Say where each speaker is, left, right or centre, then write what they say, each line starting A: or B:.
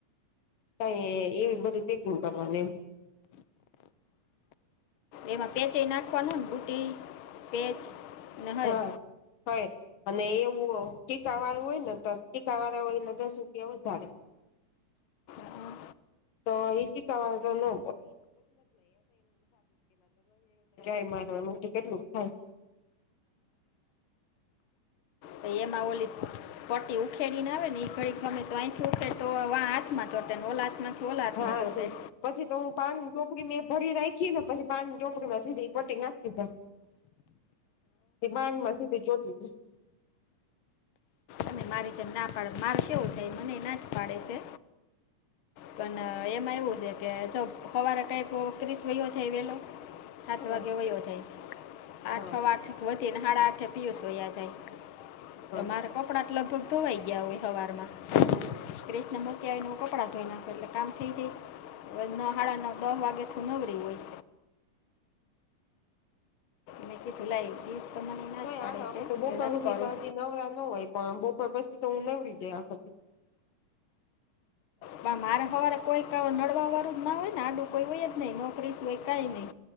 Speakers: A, on the left; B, on the left.
A: કાય એવી બધું પેકિંગ કરવાની એમ
B: એમાં પેચ એ નાખવાનું ને બુટી પેચ ને હૈર
A: હ હોય અને એવું ટીકા વાળું હોય ને તો ટીકા વાળ હોયને દસ રૂપિયા વધારે
B: હા,
A: તો ઇટીકા વાળો <unintelligible> કેટલુંક થાય
B: તો એમાં ઓલીસ પટી ઉખેડી ને આવે ને એ ઘડી ગમે તો અહીં થી ઉખેડ તો વા હાથ માં ચોટે ને ઓલા હાથમાં ઓલા
A: હા
B: ચોટે
A: પછી તો હું પાન <unintelligible> પુરી મે ભરી રાખીએ ને પછી પાણીની ચોપડીમાં સીધી કટીંગ નાખી દીધા તે માંગમાં સીધી ચોટલી
B: અને મારી જેમ ના પાડે માર કેવું થાય મને એ ના જ પાડે છે પણ એમાં એવું છે કે જો સવારે કઈ ક્રીસ ભયો છે વેલો સાત
A: હા
B: વાગે હો યો જાય આઠ
A: હા
B: આઠ વધીને હાળ આઠે પિયુસયા જાય
A: હા
B: તો મારે કપડાં લગભગ ધોવાઈ ગયા હોય હવારમાં ત્રીસ નંબર ક્યાંયનું કપડાં ધોઈ નાખો એટલે કામ થઈ જાય નહાળ ન દહ વાગેથી નવરી હોય મેં કીધું લાઈ
A: હ
B: પિયુષ તો મને ના
A: કઈ
B: જ પાડે
A: હાલો અમે
B: છે
A: તો બપર
B: કે નથી
A: સુધી
B: કરું
A: તો હજી નવરા ન હોય પણ બ પણ પસી તો હું નવરી જઈ આખો દી
B: પણ મારે સવારે કોઈ ક નડવા વાળું ના હોય ને આડું કોઈ હોય જ નહી નોકરી સુ હોય કઈ નઈ